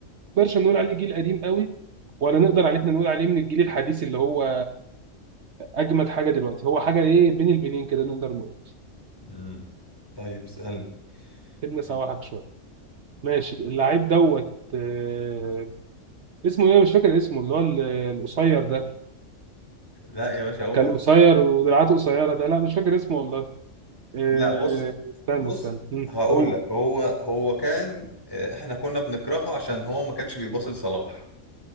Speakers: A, on the right (about 60°); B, on the left (about 15°).
A: نقدرش نقول عليه جيل قديم قوي ولا نقدر عليه احنا نقول عليه من الجيل الحديث اللي هو اجمد حاجة دلوقتي هو حاجة ايه بين البنين كده نقدر نقول
B: امم طيب اسألني
A: سيبنا
B: ماشي
A: سواحك شوية ماشي اللعيب دوت آه، اسمه ايه مش فاكر اسمه اللي هو ال- القصير ده
B: لا يا باشا اقول
A: كان قصير ودراعاته قصيرة ده لا مش فاكر اسمه والله آه،
B: لا بص
A: استنى
B: بص
A: استنى مم،
B: هقول
A: قول
B: لك هو هو كان آه، احنا كنا بنكرهه عشان هو ما كانش بيباصي لصلاح